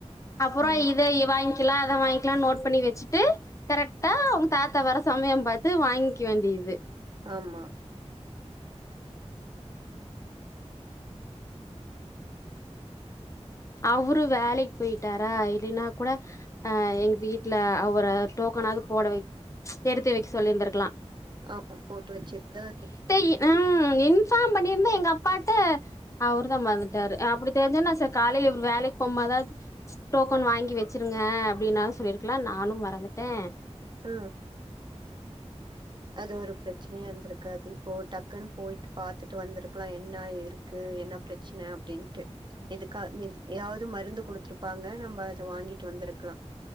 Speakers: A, on the left; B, on the right.
A: அப்றோ
B: ம்
A: இத வாங்கி லா அத வாங்கிலானு நோட் பண்ணி வச்சிட்டு கரெட்டா அவங்க தாத் தா வர சமயோ பாத்து வாங்கிக்க வேண்டியது
B: ஆமா
A: அவுரு வேலைக்கு பொயிட்டாரா இல்லைன்னா குட அ எங்க வீட்ல அவர டோக் கனாது போட வைக் எடுத்து வைக்க சொல்லிருந்துருக்லா
B: ஆமா போட்டு வச்சிருந்தா
A: இ ம் இன்ஃபார்ம் பண்ணிருந்தா எங்க அப்பாட்ட அவுரு தா மறந்துடாரு அப்டி தெரிஞ்சா காலைல இவுரு வேலைக்கு போம்போதாது டோக்கன் வாங்கி வெச்சிருங்க அப்டின்னாலு சொல்லிருக்கலா நானும் மறந் ட்டே
B: ஆ அது ஒரு பிரச்சனையா இருந்துருக் காது இப்போ டக்குன்னு போயிட்டு பாத்துட்டு வந்துருக்கலா என்னா இருக்கு என்னா பிரச்சன அப்டின்ட்டு எதுக்கா எதாது மருந்து குடுத்துருப்பாங்க நம்ப அத வாங்கிட்டு வந்துருக்கலா